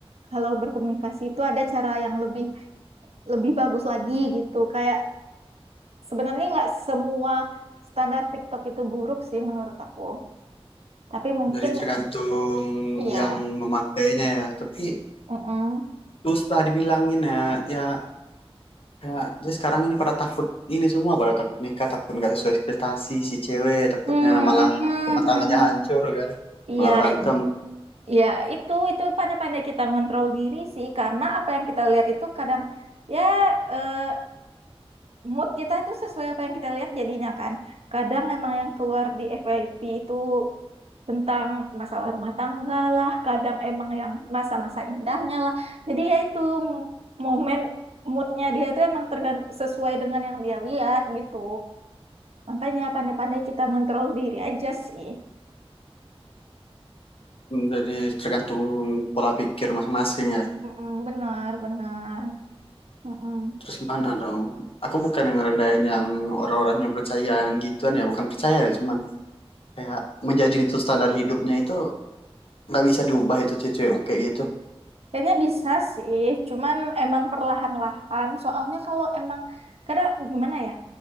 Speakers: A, on the right; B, on the left.
A: kalau berkomunikasi itu ada cara yang lebih lebih bagus lagi gitu. Kayak sebenarnya nggak semua standar TikTok itu buruk sih menurut aku, tapi mungkin
B: jadi tergantung
A: iya.
B: yang memakainya ya tapi
A: mm-mm.
B: susah dibilangin ya ya ya jadi sekarang ini pada takut ini semua pada takut nikah takut nggak sesuai ekspektasi si cewek takutnya
A: Hmm,
B: malah
A: hmm, hmm,
B: rumah tangganya
A: hmm. hmm.
B: hancur kan
A: Iya,
B: malah berantem
A: ya itu itu pandai-pandai kita ngontrol diri sih karena apa yang kita lihat itu kadang ya eh, mood kita itu sesuai apa yang kita lihat jadinya kan. Kadang emang yang keluar di FYP itu tentang masalah rumah tangga lah, kadang emang yang masa-masa indahnya lah. Jadi ya itu m- momen moodnya dia itu emang tergant sesuai dengan yang dia lihat gitu. Makanya pandai-pandai kita ngontrol diri aja sih.
B: jadi tergantung pola pikir masing-masing ya
A: Mm-mm, benar, benar. Mm-mm.
B: Terus gimana dong? Aku bukan yang ngerendahin yang orang-orang yang percaya yang gituan ya, bukan percaya ya, cuman kayak menjadi itu standar hidupnya itu nggak bisa diubah itu cewek kayak gitu.
A: Kayaknya bisa sih, cuman emang perlahan-lahan. Soalnya kalau emang kadang gimana ya?